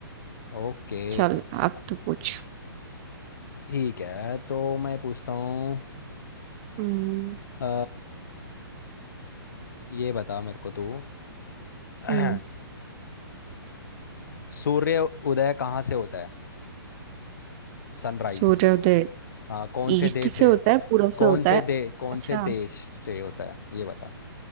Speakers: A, on the left (about 55°); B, on the right (about 25°).
A: ओके
B: चल अब तो पूछ
A: ठीक है तो मैं पूछता हूँ
B: हम्म
A: अ, ये बता मेरे को तू <clears throat>
B: हम्म
A: सूर्य उदय कहाँ से होता है सनराइज
B: सूर्योदय
A: हाँ कौन
B: ईस्ट
A: से देश
B: से
A: से
B: होता है पूर्व से
A: कौन
B: होता
A: से
B: है
A: दे कौन
B: अच्छा
A: से देश से होता है ये बता